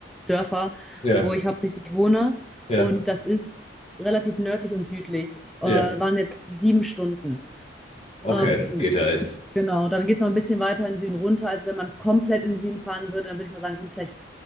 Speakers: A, in the centre; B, on the left.
A: Dörfer,
B: ja,
A: wo ich hauptsächlich wohne.
B: ja,
A: Und das ist relativ nördlich und südlich. Äh,
B: ja.
A: waren jetzt sieben Stunden.
B: Okay,
A: Ähm,
B: das geht ja echt.
A: genau, dann geht es noch ein bisschen weiter in den Süden runter. Also wenn man komplett in den Süden fahren würde, dann würde ich mal sagen, sind vielleicht,